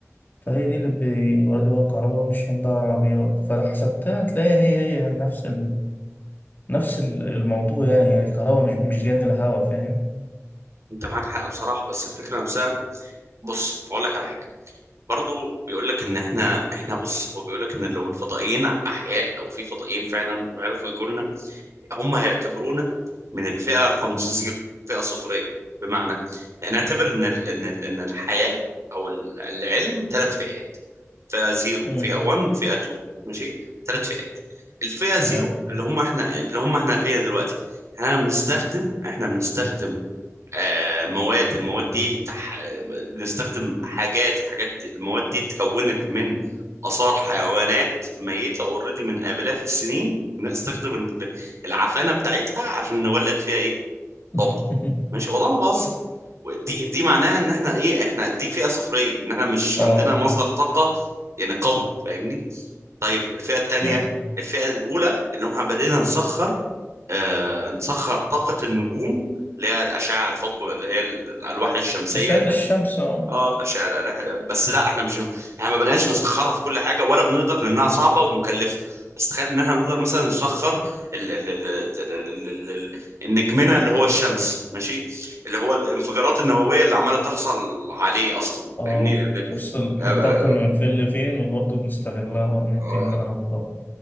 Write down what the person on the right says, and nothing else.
انت معاك حق بصراحه بس الفكره نفسها بص بقول لك على حاجه برضو بيقول لك ان احنا احنا بص هو بيقول لك ان لو الفضائيين احياء لو في فضائيين فعلا وعرفوا يجوا لنا هم هيعتبرونا من الفئة رقم زيرو فئة صفرية بمعنى نعتبر إن ال- إن ال- إن الحياة أو ال- العلم ثلاث فئات فئة زيرو
فئة 1 وفئة 2 ماشي ثلاث فئات الفئة زيرو
اللي هم احنا اللي هم احنا فيها دلوقتي احنا بنستخدم احنا بنستخدم آه، مواد المواد دي تح... بنستخدم حاجات الحاجات دي المواد دي اتكونت من آثار حيوانات ميتة اوريدي من آلاف السنين بنستخدم ال- العفانة بتاعتها عشان نولد فيها ايه
طاقة ماشي والله ما بهزر دي دي معناها ان احنا ايه احنا دي فئة صفرية ان احنا مش
عندنا مصدر طاقة يعني قوي فاهمني طيب الفئة التانية
الفئة الأولى اللي هم بدينا نسخر آه، نسخر طاقة النجوم اللي هي الأشعة الفوق اللي هي ال- الألواح الشمسية
اللي
اه أشعة الألواح بس لا احنا مش احنا ما بنقاش نسخرها في كل حاجة ولا بنقدر لأنها صعبة ومكلفة بس تخيل إن احنا نقدر مثلا نسخر ال... ال... ال... ال... ال... ال... ال- النجمنا اللي هو الشمس ماشي اللي هو الانفجارات النووية اللي عمالة تحصل عليه أصلا
فاهمني؟ يعني،
آه، آه،
آه، آه،